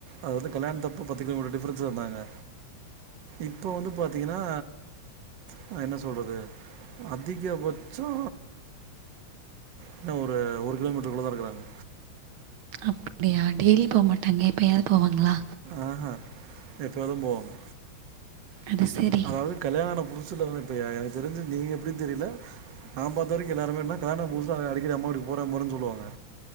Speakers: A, on the right; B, on the right.
A: அது வந்து கல்யாண் தப்ப பத்து கிலோமீட்டர் டிஃப்ரென்ஸ்ல இருந்தாங்க இப்போ வந்து பாத்தீங்கனா நா என்ன சொல்றது அதிகபட்சோ என்ன ஒரு ஒரு கிலோமீட்ருக்குள்ளதா இருக்குறாங்க
B: அப்டியா டெய்லி போமாட்டாங்க எப்பயாவ்து போவாங்ளா
A: ஆஹ எப்போது போவாங்க
B: அது சரி.
A: அதாவது கல்யாணோ ஆன புதுசுல வந்து இப்ப எ எனக்கு தெரிஞ்சு நீங்க எப்டின் தெரில நா பாத்த வரிக்கு எல்லாருமே என்ன கல்யாணோ ஆன புதுல அடிக்கடி அம்மா வீட்டுக்கு போறே போறேன் சொல்லுவாங்க